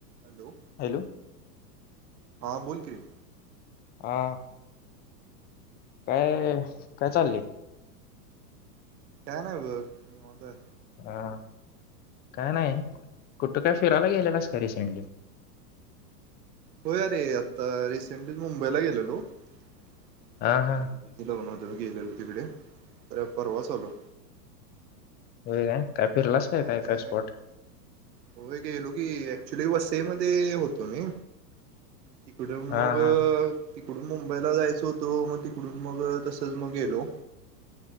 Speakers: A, on the right; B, on the left.
A: Hello
B: hello
A: हां बोल की रे
B: हा काय काय चाललय.
A: काय नाही बघ निवांत हाय
B: हा काय नाही कुठं काय फिरायला गेलेलास काय रिसेंटली.
A: होय आरे आता रिसेंटली मुंबईला गेलेलो. ते
B: हा हा
A: दीदीच लग्न हो गेलेलो तिकडे तर परवास आलो
B: होय काय. काय फिरलास
A: अ
B: काय काय काय स्पॉट
A: होय गेलो की ऍक्चुली वस मध्ये होतो मी तिकडं
B: हा
A: मग
B: हा
A: तिकडून मुंबईला जायच होतो मग तिकडून मग तसच मग गेलो